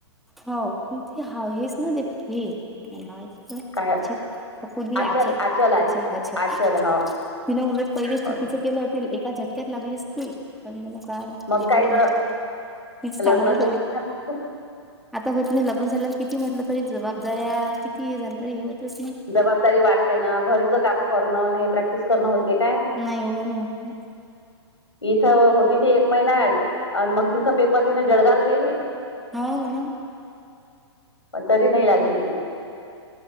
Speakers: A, in the centre; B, on the left (about 85°).
A: हो ते ह हेच ना ते हे <unintelligible>
B: काय आचल आचल आच आचल हो
A: तिन उलट पहिले शिकतीच
B: हो
A: केलं. ते एका झटक्यात लागलीच ती, पण म मग काय
B: मग
A: तीच
B: काय तर लग्न
A: चांगल
B: केलं
A: जा.
B: ना,
A: आता होत नाही लग्न झाल्यावर किती, म्हटलं तरी जबाबदाऱ्या किती हे झालं तरी हे होतंच नाही.
B: जबाबदारी वाढते ना, घरच काम करणं हे प्रॅक्टिस करणं होते काय?
A: नाही एवढं नाही होत ना
B: इथं होती ते, एक महिना आणि मग तिथं पेपर तिने जळगावला दिली.
A: होव ना.
B: पण तरी नाही लागली ते,